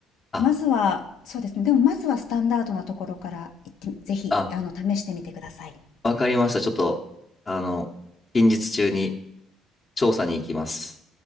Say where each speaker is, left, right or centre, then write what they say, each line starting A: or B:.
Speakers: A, on the left; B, on the left.
A: あ
B: まずは、そうですね。でもまずはスタンダードなところから行って、ぜひ、
A: あ
B: あの、試してみてください。
A: わかりました。ちょっと、あの、近日中に調査に行きます。